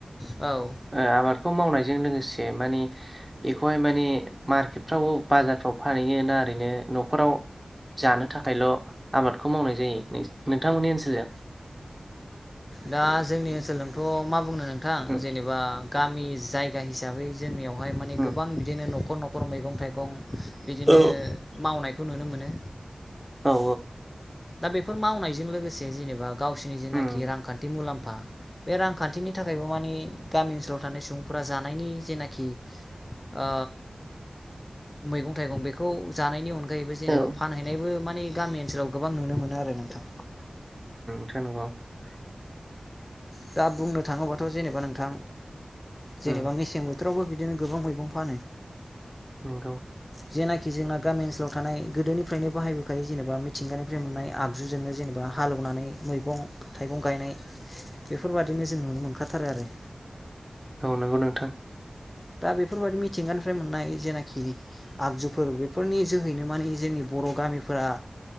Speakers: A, on the left (about 25°); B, on the right (about 15°).
A: औ
B: आबादखौ मावनायजों लोगोसे मानि बेखौहाय माने मार्केटफ्राव बाजारफ्राव फ। फानैहैयो ना ओरैनो न'खराव जानो थाखायल' आबादखौ मावनाय जायो नोंथांमोननि ओनसोलजों?
A: दा जोंनि ओनसोलजोंथ' मा बुंनो नोंथां
B: उम
A: जेनेबा। गामि जायगा हिसाबै जोंनियावहाय मा‌ने
B: उम
A: गोबां बिदिनो न'खर न'खर मैगं थाइगं। बिदिनो
B: औ
A: मावनायखौ नुनो मोनो।
B: औ
A: दा बेफोर मावनायजों लोगोसे जेनेबा गावसिरनि जेनाखि
B: उम
A: रांखान्थि मुलाम्फा। बे रांखान्थिनि थाखायबो मानि गामि ओनसोलाव थानाय सुबुंफोरा जानायनि जेनाखि। ओ मैगं थाइगं बेखौ जानायनि अनगा। गैबो जेनेबा
B: औ
A: फानहैनायबो माने गामि ओनसोलाव गोबां नुनो मोनो आरो नोंथां।
B: थनोग <unintelligible>
A: दा बुंनो थाङोबाथ' जेनेबा नोंथां जेनेबा
B: उम
A: मेसें बोथोर। बोथोरावबो बिदिनो गोबां मैगं फानो
B: नंगौ
A: जेनाखि जोंना गामि ओनसोलाव थानाय गोदोनिफ्रायनो बाहायबोखायो जेनेबा मिथिंगानिफ्राय मोननाय आगजुजोंनो जेनेबा हालेवनानै मैगं थाइगं गायनाय बेफोरबादिनो जों नुनो मोनखाथारो आरो
B: औ नंगौ नोंथां
A: दा बेफोरबायाददि मिथिंगानिफ्राय मोननाय जेनाखि आगजुफोर बेफोरनि जोहैनो माने जोंनि बर' गामिफोरा